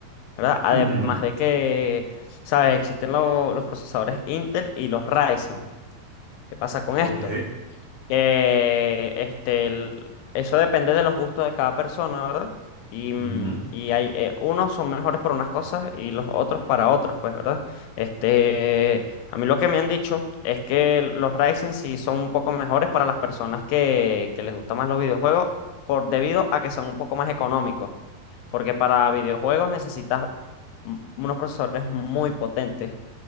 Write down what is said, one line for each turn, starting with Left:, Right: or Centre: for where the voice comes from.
Left: ¿verdad? Además
Right: Ujú.
Left: de que, ¿sabes? Existen lo- los procesadores Intel y los Ryzen. ¿Qué pasa con
Right: Ok.
Left: esto? que este, el- eso depende de los gustos de cada persona, ¿verdad? Y, mm,
Right: Ujú.
Left: y hay, eh, unos son mejores para unas cosas y los otros para otras, pues, ¿verdad? Este, a mí lo que me han dicho es que los Ryzen sí son un poco mejores para las personas que, que les gustan más los videojuegos, por, debido a que son un poco más económicos, porque para videojuegos necesitas mm, unos procesadores muy potentes,